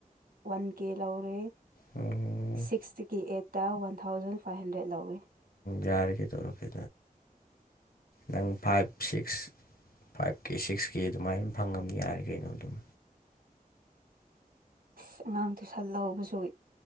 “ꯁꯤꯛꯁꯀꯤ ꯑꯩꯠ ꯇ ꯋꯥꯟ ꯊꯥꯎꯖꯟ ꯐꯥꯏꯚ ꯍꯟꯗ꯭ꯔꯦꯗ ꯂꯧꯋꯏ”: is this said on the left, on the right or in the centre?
Right